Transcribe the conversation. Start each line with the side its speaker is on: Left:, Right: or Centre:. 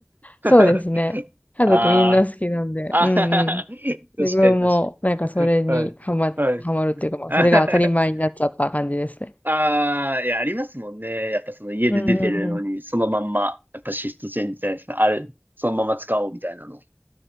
Right: <laughs>
Left: そうですね。家族みんな好きなんで、
Right: あーあははは、
Left: うんうん。
Right: <laughs> 確かに確か
Left: 自分もなんかそれにハマ、
Right: に。はい。はい。
Left: ハマるっていうか、まあそれが当たり前になっちゃった感じですね。
Right: あははああ、いや、ありますもんね。やっぱその家で出てるのに、
Left: うんうんうん。
Right: そのまんま、やっぱシフトチェンジじゃないですか。あれ、そのまま使おうみたいなの。